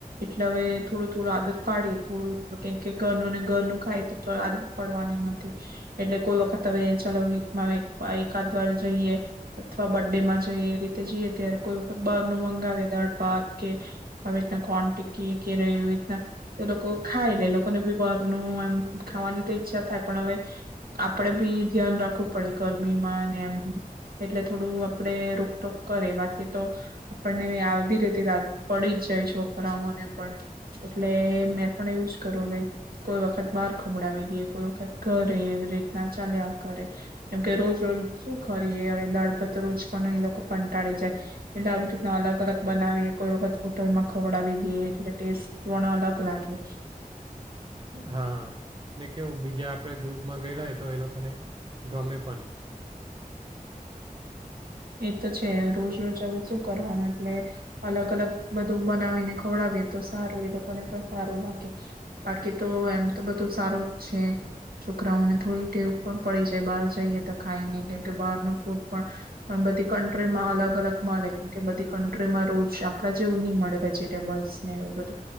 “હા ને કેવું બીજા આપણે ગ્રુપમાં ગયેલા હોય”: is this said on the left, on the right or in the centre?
Right